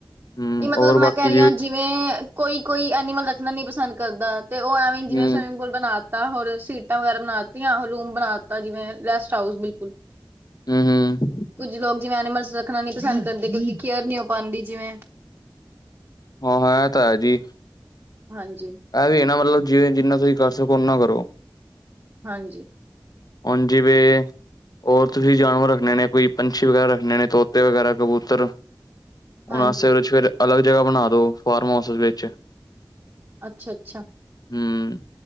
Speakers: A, on the left; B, on the right.
A: ਹਮ
B: ਨਹੀਂ ਮਤਲਬ
A: ਹੋਰ
B: ਮੈਂ
A: ਬਾਕੀ
B: ਕਹਿ ਰਹੀ ਹਾਂ, ਜਿਵੇਂ ਕੋਈ ਕੋਈ ਐਨੀਮਲ ਰੱਖਣਾ ਨੀ ਪਸੰਦ ਕਰਦਾ ਤੇ ਉਹ ਐਵੇਂ
A: ਹਮ
B: ਜਿਵੇਂ ਸਵਿਮਿੰਗ ਪੂਲ ਬਣਾਤ ਤ ਹੋਰ ਸੀਟਾਂ ਵਗੈਰਾ ਬਣਾ ਤੀਆਂ। ਔਰ ਰੂਮ ਬਣਾ ਤਾ ਜਿਵੇਂ ਰੈਸਟ ਹਾਊਸ ਬਿਲਕੁਲ।
A: ਹਮ ਹਮ
B: ਕੁੱਝ ਲੋਕ ਜਿਵੇਂ ਐਨੀਮਲਸ ਰੱਖਣਾ ਨੀ ਪਸੰਦ ਕਰਦੇ ਕਿਉਂਕਿ ਕੇਅਰ ਨਹੀ ਹੋ ਪਾਂਦੀ ਜਿਵੇਂ।
A: ਹਾਂ ਹਾਂ ਏ ਤਾਂ ਹੈ ਜੀ।
B: ਹਾਂਜੀ
A: ਏਹ ਵੀ ਐ ਨਾ ਮਤਲਬ ਜਿਵੇਂ ਜਿੰਨਾ ਤੁਸੀਂ ਕਰ ਸਕੋ ਓਨਾ ਕਰੋ।
B: ਹਾਂਜੀ।
A: ਹੁਨ ਜਿਵੇਂ ਹੋਰ ਤੁਸੀਂ ਜਾਨਵਰ ਰੱਖਣੇ ਨੇ, ਕੋਈ ਪੰਛੀ ਵਗੈਰਾ ਰੱਖਣੇ ਨੇ, ਤੋਤੇ ਵਗੈਰਾ, ਕਬੂਤਰ ਔਨਾਂ
B: ਹਾਂਜੀ
A: ਵਾਸਤੇ ਵਿੱਚ ਫਿਰ ਅਲੱਗ ਜਗ੍ਹਾ ਬਣਾ ਦੋ, ਫਾਰਮ ਹਾਊਸ ਵਿੱਚ।
B: ਅੱਛਾ-ਅੱਛਾ।
A: ਹਮ,